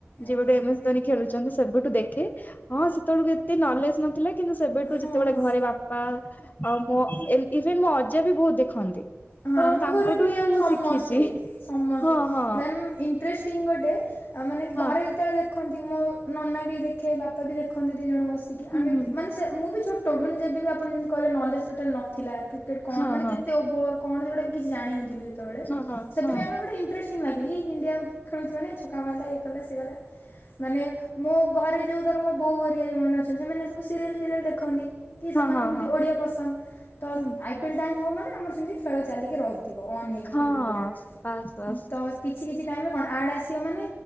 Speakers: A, on the left; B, on the left.
A: ଆଜ୍ଞା
B: ଯେବେଠୁ
A: ଆଜ୍ଞା।
B: ଏମ ଏସ୍ ଧୋନି ଖେଳୁ ଚନ୍ତି ସେବେଠୁ ଦେଖେ ହଁ ସେତେଏଳୁକୁ ଏତେ ନଲେଜ୍ ନଥିଲା କିନ୍ତୁ ସେବେଠୁ
A: ହଁ।
B: ଯେତେବେଳେ ଘରେ ବା ବା ଆଉ ମୋ ଏମ୍ ଇଭେନ୍ ମୋ ଅଜା ବି ବହୁ ଦେଖନ୍ତି।
A: ହଁ
B: ତ
A: ଆମ
B: ତାଙ୍କଠୁ
A: ଘରେ ବି ମ୍ୟାମ୍
B: ହିଁ ମୁଁ
A: ସମସ୍ତେ
B: ଶିଖିଛି
A: ସମସ୍ତେ
B: ହଁ ହଁ
A: ମେନ୍ ଇନ୍ଟ୍ରେଷ୍ ଟିଂ ଗଟେ ଆ ମାନେ
B: ହଁ
A: ଘରେ ଯେତେବେଳେ ଦେ ଦଖନ୍ତି ମୋ ନନା ବି ଦେଖେ ବାପା ବି ଦେଖନ୍ତି ଦି ଜଣ ବସିକି
B: ହୁଁ
A: ଆମେ
B: ହୁଁ
A: ବି ଦେ ମାନେ ମୁଁ ବି ଛୋ ଟ ମାନେ ଯେବେବି ଆପଣ ଯେମିତି କହିଲେ ନଲେଜ୍ ଟୋଟାଲ୍ ନଥିଲା କ୍ରିକେଟ୍ କଣ
B: ହଁ
A: ମାନେ
B: ହଁ
A: କେତେ ଓଭର୍ କଣ ସେଗୁଡ଼ା ବି କିଛି ଜଣିନଥିଲି ସେତେବେଳେ
B: ହଁ ହଁ
A: ସେ
B: ହଁ
A: ବି ଆମେ ଗଟେ ଇନ୍ଟ୍ରେଷ୍ ଟିଂ ଲାଗେ ହି ଇଣ୍ଡିଆ ଖେଳୁଚି ମାନେ ଛକା ମାଇଲା ଇଏ କଲା ସିଏ କଲା ମାନେ ମୋ ଘରେ ଯେଉ ଧର ମୋ ବୋଉ ଘରିଆ ଯୋଉମାନେ ଅଛନ୍ତି ସେମାନେ ସବୁ ସିରିଏଲ୍ ଫିରିଏଲ୍ ଦେଖନ୍ତି। କି ସେମାନଙ୍କୁ
B: ହଁ ହଁ ହଁ
A: ଟି ଓଡ଼ିଆ ପସନ୍ଦ ତ
B: ହୁଁ
A: ଆଇ ପି ଏଲ୍ ଟାଇମ୍ ହବ ମାନେ ଆମର ସେମିତି ଖେ ଖେଳ ଚାଲିକି ରହିତିବ ଅନ୍ ହେଇକି
B: ହଁ
A: ଟିଭି ପୁରା
B: ବାସ୍ ବାସ୍
A: ତ କିଛି କିଛି ଟାଇମ୍ ରେ କଣ ଆଡ୍ ଆସିଅ ମାନେ